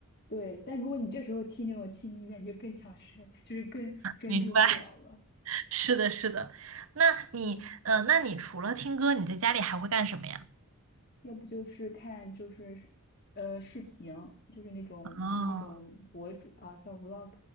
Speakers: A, on the left (about 45°); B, on the right (about 70°).
A: 对，但如果你这时候听那种轻音乐，你就更想睡，就是更专注不了了。
B: 明白，<laughs> 是的，是的。那你，
A: 嗯。
B: 嗯、那你除了听歌，你在家里还会干什么呀？
A: 要不就是看就是视呃视频，就是那种他们那种博主啊，
B: 哦，
A: 叫 vlog